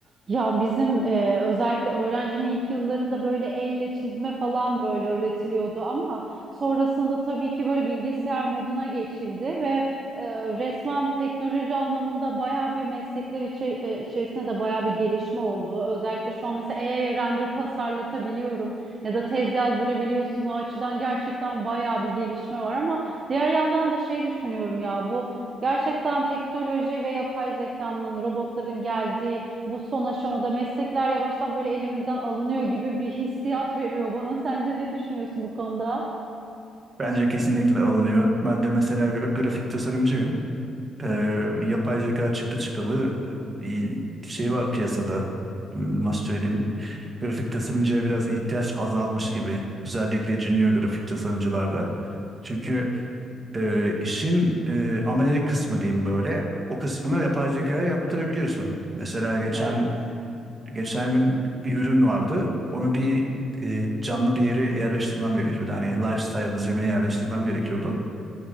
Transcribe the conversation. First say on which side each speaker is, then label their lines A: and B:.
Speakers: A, on the right; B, on the right.
A: Ya bizim e, özellikle öğrenciliğin ilk yıllarında böyle elle çizme falan böyle öğretiliyordu ama sonrasında tabii ki böyle bilgisayar moduna geçildi ve e, resmen teknoloji anlamında bayağı bir meslekler içer- e, içerisinde de bayağı bir gelişme oldu. Özellikle şu an mesela AI'ye render tasarlatabiliyorum ya da tez yazdırabiliyorsun. O açıdan gerçekten bayağı bir gelişme var ama diğer yandan da şey düşünüyorum ya bu Gerçekten teknoloji ve yapay zekanın, robotların geldiği bu son aşamada meslekler yavaştan böyle elimizden alınıyor gibi bir hissiyat veriyor bana. Sence ne düşünüyorsun bu konuda?
B: Bence kesinlikle alınıyor. Ben de mesela gra- grafik tasarımcıyım. Ee, yapay zeka çıktı çıkalı e, bir şey var piyasada. Hmm, Nasıl söyleyeyim? Grafik tasarımcıya biraz ihtiyaç azalmış gibi. Özellikle junior grafik tasarımcılarda. Çünkü e, işin e, amelelik kısmı diyeyim böyle. O kısmını yapay zekaya yaptırabiliyorsun. Mesela geçen
A: Evet.
B: geçen gün bir ürün vardı. Onu bir e, canlı bir yere yerleştirmem gerekiyordu. Hani lifestyle zemine yerleştirmem gerekiyordu.